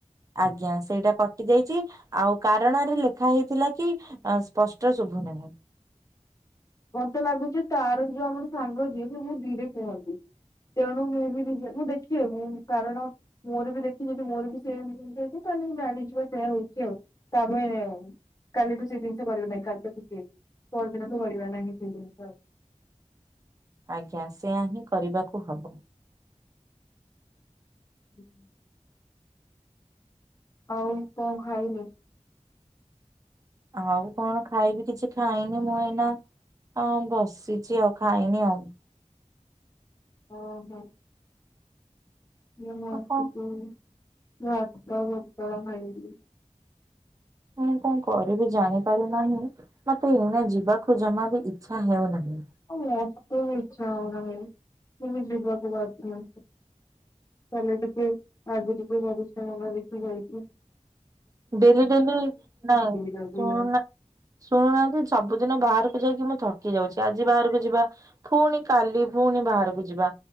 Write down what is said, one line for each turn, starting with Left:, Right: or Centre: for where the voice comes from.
Right: ଆଜ୍ଞା ସେଇଟା କଟି ଯାଇଛି ଆଉ କାରଣରେ ଲେଖା ହେଇଥିଲା କି ସ୍ପଷ୍ଟ ଶୁଭୁ ନାହିଁ। <unintelligible>
Left: ମତେ ଲାଗୁଛି ତାର ଯିଏ ଆମଠୁ ସାଙ୍ଗ ଯିଏ ସେ ବହୁତ୍ ଧୀରେ କୁହନ୍ତି। ତେଣୁ ମୁଁ ବି ରିଯେ ମୁଁ ଦେଖି ମୁଁ କାରଣ ମୋର ବି ଦେଖି ଯଦି ମୋର ବି ସେତି ଯଦି ତ ଜାଣିଯିବା ସେୟା ହଉଛି ଆଉ ତାମାନେ କାଲିଠୁ ସେ ଜିନିଷ କରିବା ନାହିଁ କାଲି ତ ଛୁଟି ପରଦିନ ଠୁ କରିବା ନାଁହି ସେ ଜିନିଷ ଆଉ।
Right: ଆଜ୍ଞା ସେୟା ହିଁ କରିବାକୁ ହବ।
Left: ହୁଁ। ଆଉ କଣ ଖାଇଲେ?
Right: ଆଉ କଣ ଖାଇବି କିଛି ଖାଇନି ମୁଁ ଏଇନା। ହଁ ବସିଛି ଆଉ ଖାଇନି ଆଉ।
Left: ଓ ହୋ। <unintelligible>
Right: ଆଉ କଣ ହଁ। କଣ କରିବି ଜାଣି ପାରୁନାହିଁ ମତେ ଏନା ଯିବାକୁ ଜମା ବି ଇଛା ହେଉନାହିଁ।
Left: ହ ମତେ ବି ଇଛା ହଉନାହି ଖାଲି ଯିବାକୁ ବାଧ୍ୟ। କଲିଟିକେ ଆଜିଟିକେ ପରିଶ୍ରମ କରିକି ଯାଇଛି।
Right: ଡେଲି ଡେଲି ନାଇଁ
Left: ଯଦି
Right: ଶୁଣୁନା
Left: ଆଉ
Right: ଶୁଣୁନାହାନ୍ତି ସବୁଦିନ ବାହାରକୁ ଯାଇକି ମୁଁ ଥକି ଯାଉଛି ଆଜି ବାହାରକୁ ଯିବା ପୁଣି କାଲି ପୁଣି ବାହାରକୁ ଯିବା